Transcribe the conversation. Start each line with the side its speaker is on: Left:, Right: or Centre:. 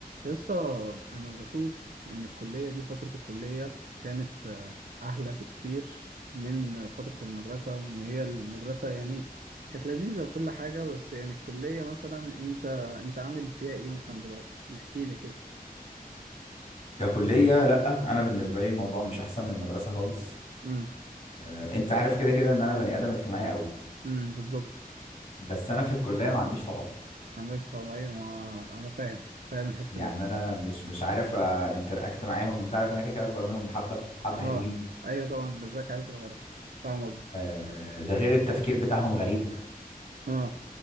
Right: يا اسطى انا بشوف ان الكليه دي فتره الكليه كانت آه، احلى بكتير من آه، فتره المدرسه وان هي المدرسه يعني كانت لذيذه وكل حاجه بس يعني الكليه مثلا انت انت عامل فيها ايه مثلا دلوقتي نحكي لي كده
Left: ككلية لأ أنا بالنسبة لي الموضوع مش أحسن من المدرسة خالص
Right: امم
Left: آه، أنت عارف كده كده إن أنا بني آدم اجتماعي أوي
Right: امم بالظبط
Left: بس أنا في الكلية أنا ما عنديش صحاب
Right: عندك صعوبه ايوه ما انا فاهم فاهم الحته
Left: يعني
Right: دي
Left: أنا مش مش عارف انتراكت معاهم أنت عارف إن أنا كده كده أكبر منهم بحبة حبة
Right: اه
Left: حلوين
Right: ايوه طبعا بالنسبه لك عيله صغيره فاهم قصدك
Left: آه، ده غير التفكير بتاعهم غريب
Right: اه